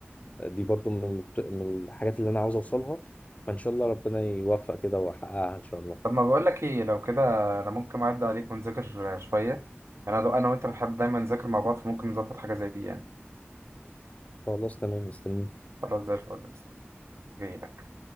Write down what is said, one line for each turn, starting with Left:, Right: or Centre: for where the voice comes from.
Left: دي برضو من البت- من الحاجات اللي انا عاوز اوصلها فان شاء الله ربنا يوفق كده واحققها ان شاء الله
Right: طب ما بقول لك ايه لو كده انا ممكن اعدي عليك ونذاكر شويه يعني انا انا وانت بنحب دايما نذاكر مع بعض فممكن نظبط حاجه زي دي يعني
Left: خلاص تمام مستني
Right: خلاص زي الفل جاي لك